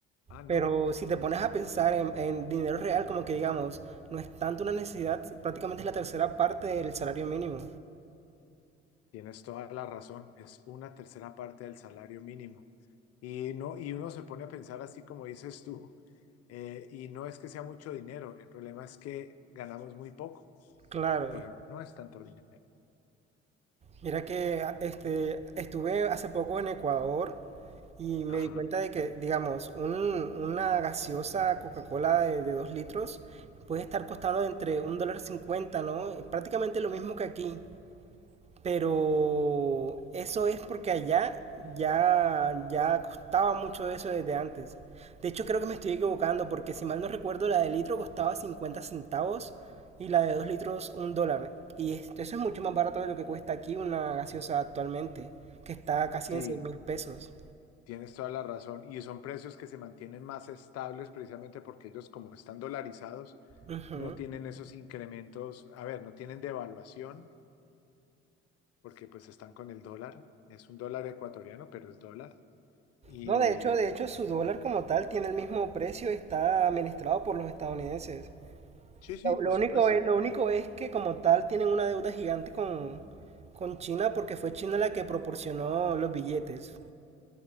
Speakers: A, on the left (about 50°); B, on the right (about 20°).
A: Ah, no.
B: Pero si te pones a pensar en, en dinero real, como que digamos, no es tanto una necesidad, prácticamente es la tercera parte del salario mínimo.
A: Tienes toda la razón, es una tercera parte del salario mínimo. Y no, y uno se pone a pensar así como dices tú, eh, y no es que sea mucho dinero, el problema es que ganamos muy poco,
B: Claro.
A: pero no es tanto dinero.
B: Mira que a- este, estuve hace poco en Ecuador y me
A: Ajá.
B: di cuenta de que, digamos, un- una gaseosa Coca-Cola de, de dos litros puede estar costando entre un dólar cincuenta, ¿no? Prácticamente lo mismo que aquí. Pero eso es porque allá ya, ya costaba mucho eso desde antes. De hecho, creo que me estoy equivocando porque si mal no recuerdo, la de litro costaba 50 centavos y la de 2 litros un dólar. Y es- eso es mucho más barato de lo que cuesta aquí una gaseosa actualmente, que está casi
A: Sí,
B: en seis mil pesos.
A: tienes toda la razón. Y son precios que se mantienen más estables precisamente porque ellos, como están dolarizados,
B: Ujú.
A: no tienen esos incrementos, a ver, no tienen devaluación porque pues están con el dólar, es un dólar ecuatoriano, pero es dólar. Y,
B: No, de hecho, de hecho, su dólar como tal tiene el mismo precio, está administrado por los estadounidenses.
A: Sí, sí,
B: Lo,
A: por
B: lo
A: supuesto.
B: único es, lo único es que como tal tienen una deuda gigante con, con China porque fue China la que proporcionó los billetes.